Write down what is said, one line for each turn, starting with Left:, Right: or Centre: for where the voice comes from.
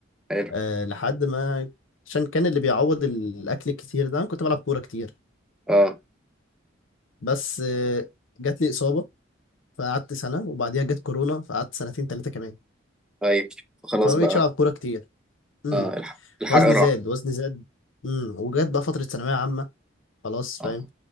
Centre: حلو
Left: آه لحد ما عشان كان اللي بيعوض الاكل الكتير ده أنا كنت بلعب كوره كتير
Centre: اه
Left: بس آه جات لي اصابه فقعدت سنه وبعديها جت كورونا فقعدت سنتين ثلاثه كمان
Centre: طيب خلاص
Left: فما
Centre: بقى
Left: بقتش العب كوره كتير امم
Centre: اه الح- الحرق
Left: وزني
Centre: راح
Left: زاد وزني زاد امم وجت بقى فتره ثانويه عامه خلاص فاهم
Centre: اه